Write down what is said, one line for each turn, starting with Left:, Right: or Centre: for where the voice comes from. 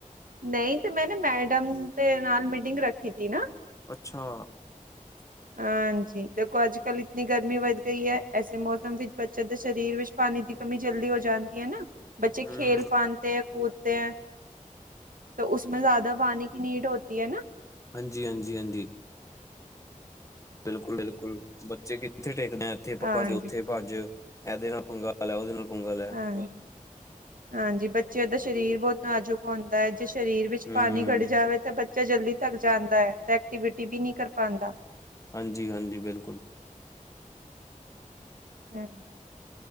Right: ਨਹੀਂ ਤੇ ਮੈਂ ਨਾ ਮੈਡਮ ਦੇ ਨਾਲ ਮੀਟਿੰਗ ਰੱਖੀ ਤੀ ਨਾ।
Left: ਅੱਛਾ!
Right: ਅੱਛਾ <inaudible> ਹਾਂਜੀ। ਦੇਖੋ ਅੱਜ-ਕੱਲ੍ਹ ਇਤਨੀ ਗਰਮੀ ਵੱਧ ਗਈ ਹੈ, ਐਸੇ ਮੌਸਮ ਵਿੱਚ ਬੱਚੇ ਦੇ ਸਰੀਰ ਵਿੱਚ ਪਾਣੀ ਦੀ ਕਮੀ ਜਲਦੀ ਹੋ ਜਾਂਦੀ ਹੈ ਨਾ ਬੱਚੇ
Left: ਹੂੰ,
Right: ਖੇਲ ਪਾਂਦੇ ਆ ਕੁਦ ਤੇ ਹੈ। ਤਾਂ ਉਸਮੇ ਜ਼ਿਆਦਾ ਪਾਣੀ ਕੀ ਨੀਡ ਹੋਤੀ ਹੈ ਨਾ।
Left: ਹਾਂਜੀ-ਹਾਂਜੀ-ਹਾਂਜੀ।। ਬਿਲਕੁਲ-ਬਿਲਕੁਲ ਬੱਚੇ ਕਿੱਥੇ ਟਿਕਦੇ ਆ ਇੱਥੇ
Right: ਹਾਂਜੀ
Left: ਭੱਜ ਉੱਥੇ ਭੱਜ। ਏਦੇ ਨਾਲ ਪੰਗਾ ਲੈ ਓਦੇ ਨਾਲ ਪੰਗਾ ਲੈ।
Right: ਹਾਂਜੀ। ਹਾਂਜੀ, ਬੱਚਿਆਂ ਦਾ ਸਰੀਰ ਬਹੁਤ ਨਾਜ਼ੁਕ ਹੁੰਦਾ ਹੈ ਜੇ ਸਰੀਰ ਵਿੱਚ
Left: ਹੂੰ,
Right: ਪਾਣੀ ਖੜੀ ਜਾਵੇ ਤਾਂ ਬੱਚਾ ਜਲਦੀ ਥੱਕ ਜਾਂਦਾ ਹੈ ਐਕਟੀਵਿਟੀ ਵੀ ਨਹੀਂ ਕਰ ਪਾਂਦਾ।
Left: ਹਾਂਜੀ-ਹਾਂਜੀ ਬਿਲਕੁਲ।
Right: ਹਾਂਜੀ।